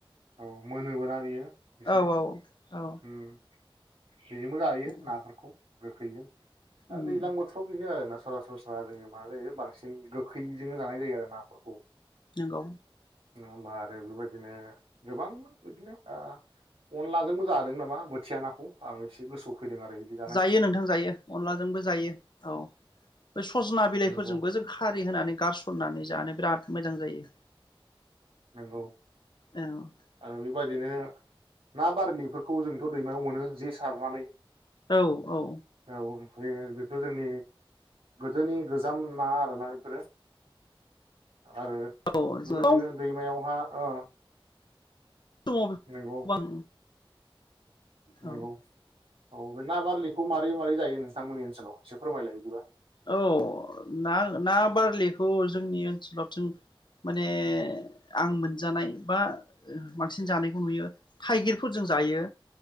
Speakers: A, on the right; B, on the left.
A: औ मोनोबोना बियो एसे
B: औ औ औ
A: उम बेजोंबो जायो
B: नंगौ
A: नाफोरखौ गोखैजों दा
B: उम
A: दैज्लां बोथोराव बेनो आरो ना सरासनस्रा जोङो मा जायो बां बांसिन गोखैजोंनो जानाय जायो आरो नाफोरखौ।
B: नंगौ
A: नङा होमबा आरो बेबायदिनो गोबां बिदिनो ओ अनलाजोंबो जादों नामा बोथिया नाखौ। आं एसे गोसोआव फैदों आरो बिदि जानाय
B: जायो नोंथां जायो अनलाजोंबो जायो औ। बे सजना बिलाइफोरजोंबो
A: नंगौ
B: जों खारि होनानै गारसननानै जानो बिराद मोजां जायो।
A: नोंगौ
B: औ
A: आरो बेबादिनो ना बारलिफोरखौ जोंथ' दैमायाव मोनो जे सारनानै।
B: औ औ।
A: औ बे बेफोर जोंनि गोदोनि गोजाम ना आरोना बेफोरो। आरो
B: औ
A: बेफबायदिनो।
B: जों
A: एयावहा ओ।
B: समाव गोबां
A: नोंगौ नोंगौ।
B: औ
A: औ बे ना बारलिखौ मारै मारै जायो नोंथांमोननि ओनसोलाव एसे फोरमायलाय इदिबा।
B: औ ना ना बारलिखौ जोंनि ओनसोलावथो माने आं मोनजानाय बा बांसिन जानायखौ नुयो थाइगिरफोरजों जायो